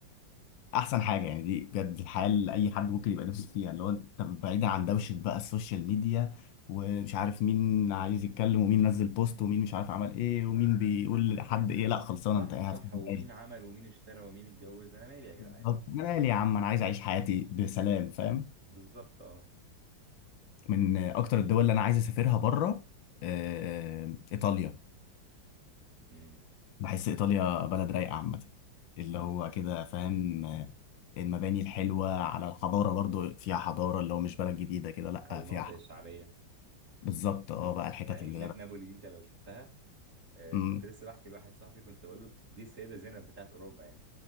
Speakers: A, on the left; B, on the right.
A: احسن حاجه يعني دي بجد الحياه اللي اي حد ممكن يبقى نفسه فيها اللي هو انت بعيدا عن دوشه بقى السوشيال ميديا ومش عارف مين عايز يتكلم ومين نزل بوست ومين مش عارف عمل ايه ومين بيقول لحد ايه لا خلصانه
B: صح
A: انت قاعد
B: صح
A: في البيت.
B: ومين عمل ومين اشترى ومين اتجوز انا مالي يا جدعان
A: بالظبط. انا مالي يا عم انا عايز اعيش حياتي بسلام فاهم
B: بالظبط اه
A: من اكتر الدول اللي انا عايز اسافرها بره آه، ايطاليا
B: امم
A: بحس ايطاليا بلد رايقه عامه اللي هو كده فاهم آه، المباني الحلوه على الحضاره برضو فيها حضاره اللي هو مش بلد جديده كده لا
B: على المناطق
A: فيها ح-
B: الشعبيه
A: بالظبط اه بقى الحتت
B: يعني
A: اللي
B: نا-
A: هي بقى
B: نابولي دي انت لو شفتها آه،
A: مم.
B: كنت لسه بحكي لواحد صاحبي كنت بقول له دي السيدة زينب بتاعت أوروبا يعني